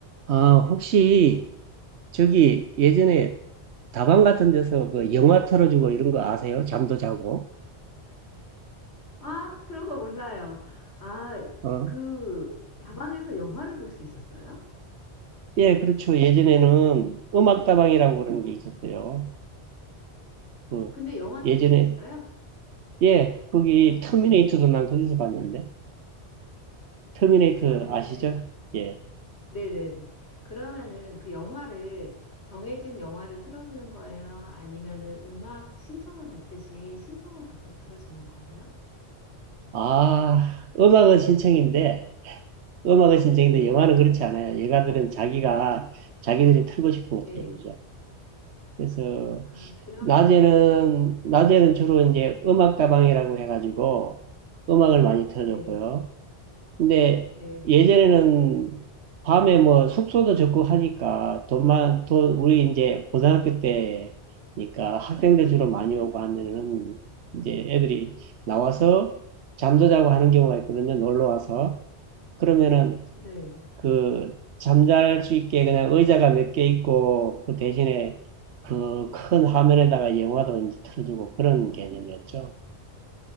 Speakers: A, on the right; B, on the left.
A: 아, 혹시 저기 예전에 다방 같은 데서 그
B: 네.
A: 영화 틀어주고 이런 거 아세요? 잠도 자고.
B: 아, 그런 거 몰라요. 아,
A: 어?
B: 그 다방에서 영화를 볼 수 있었어요?
A: 예, 그렇죠. 예전에는 음악다방이라고 그러는
B: 어,
A: 게 있었어요. 그
B: 근데 영화도
A: 예전에
B: 볼 수 있어요?
A: 예, 거기 터미네이터도 난 거기서 봤는데. 터미네이터
B: 그러면은
A: 아시죠? 예.
B: 네네네. 그러면은 그 영화를 정해진 영화를 틀어주는 거예요? 아니면은 음악 신청을 받듯이 신청을 받고 틀어주는 거예요?
A: 아, 음악은 신청인데 음악은 신청인데
B: 네,
A: 영화는 그렇지 않아요. 영화들은 자기가 자기들이 틀고 싶은
B: 네.
A: 거 틀어주죠. 그래서
B: 아, 그러면은
A: 낮에는,
B: 어,
A: 낮에는 주로 이제 음악다방이라고 해가지고 음악을 많이 틀어줬고요.
B: 네,
A: 근데
B: 네,
A: 예전에는 밤에 뭐 숙소도 적고 하니까 돈만, 돈, 우리 이제 고등학교 때니까 학생들
B: 네,
A: 주로 많이 오고 하면은 이제 애들이 나와서 잠도 자고 하는 경우가 있거든요. 놀러 와서. 그러면은
B: 네.
A: 그 잠잘 수 있게 그냥 의자가 몇 개 있고 그 대신에 그
B: 아,
A: 큰 화면에다가 영화도 이제 틀어주고 그런 개념이었죠.